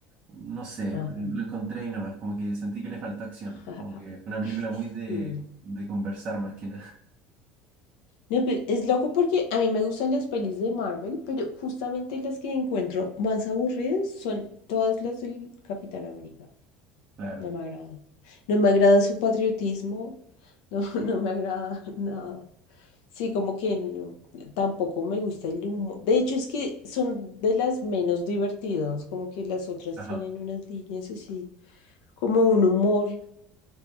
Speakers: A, on the right (about 30°); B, on the left (about 80°).
A: No sé,
B: ajá.
A: lo encontré ahí nomás, como que sentí que le faltó acción.
B: <laughs>
A: Como que fue una película muy de,
B: Sí.
A: de conversar más que nada. <laughs>
B: No, pero es loco porque a mí me gustan las pelis de Marvel, pero justamente las que encuentro más aburridas son todas las del Capitán América.
A: Claro,
B: No me agrada. No me agrada su patriotismo. No, <laughs>
A: sí.
B: no me agrada <laughs> nada. Sí, como que no- tampoco me gusta el humo. De hecho, es que son de las menos divertidas. Como que las otras
A: Ajá,
B: tienen unas líneas así, como un humor